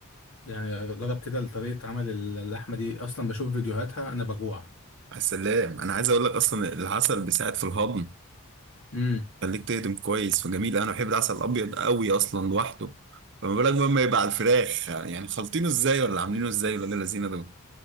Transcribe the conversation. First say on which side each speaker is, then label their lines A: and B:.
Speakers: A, on the left (about 75°); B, on the right (about 55°).
A: يعني جرب كده طريقه عمل اللحمه دي اصلا بشوف فيديوهاتها انا بجوع
B: يا سلام انا عايز اقول لك اصلا العسل بيساعد في الهضم
A: إمم.
B: خليك تهضم كويس وجميل انا بحب العسل الابيض قوي اصلا لوحده فما بالك بقى لما يبقى على الفراخ يعني خالطينه ازاي ولا عاملينه ازاي ولا اللذينه دول